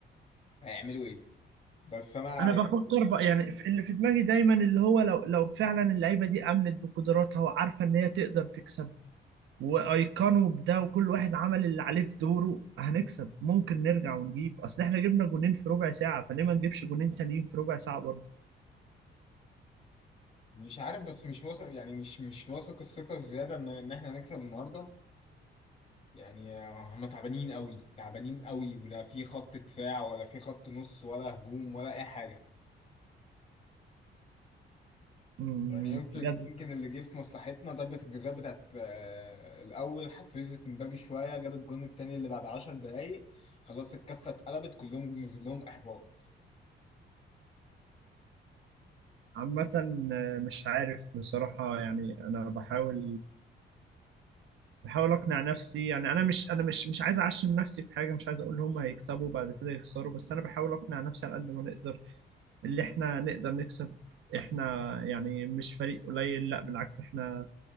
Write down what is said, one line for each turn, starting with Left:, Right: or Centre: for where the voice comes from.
Left: هيعملوا ايه بس انا
Right: انا
Left: يعني
Right: بفكر بقى يعني في- اللي في دماغي دايما اللي هو لو لو فعلا اللعيبه دي امنت بقدراتها وعارفه ان هي تقدر تكسب وايقنوا بده وكل واحد عمل اللي عليه في دوره هنكسب ممكن نرجع ونجيب اصل احنا جبنا جونين في ربع ساعه فليه ما نجيبش جونين تانيين في ربع ساعه برضه
Left: مش عارف بس مش واثق يعني مش مش واثق الثقة الزيادة ان ان احنا هنكسب النهاردة يعني هم تعبانين قوي تعبانين قوي ولا في خط دفاع ولا في خط نص ولا هجوم ولا اي حاجة
Right: أمم،
Left: يعني يمكن
Right: بجد
Left: يمكن اللي جه في مصلحتنا ضربة الجزاء بتاعت آه، الأول حفزت مبابي شوية جاب الجون التاني اللي بعد 10 دقايق خلاص الكفة اتقلبت كلهم نزل لهم إحباط
Right: عامه آه، مش عارف بصراحه يعني انا بحاول بحاول اقنع نفسي يعني انا مش انا مش مش عايز اعشم نفسي في حاجه مش عايز اقول هم هيكسبوا بعد كده يخسروا بس انا بحاول اقنع نفسي على قد ما نقدر اللي احنا نقدر نكسب احنا يعني مش فريق قليل لا بالعكس احنا